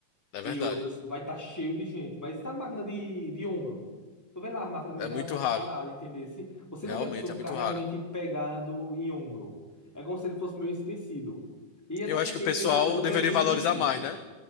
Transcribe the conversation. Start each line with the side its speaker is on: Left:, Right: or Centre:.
Left: É
Centre: e
Left: verdade.
Centre: outras, vai estar cheio de gente. Mas e da máquina de, de ombro? Tu vê lá a máquina meio
Left: É
Centre: relativamente
Left: muito raro.
Centre: parada, entender? Se você
Left: Realmente
Centre: não vê a pessoa ficar
Left: é muito
Centre: realmente
Left: raro.
Centre: pegado em ombro. É como se ele fosse meio esquecido. E até
Left: Eu
Centre: porque
Left: acho que o pessoal
Centre: treinar ombro
Left: deveria
Centre: é muito
Left: valorizar
Centre: difícil.
Left: mais, né?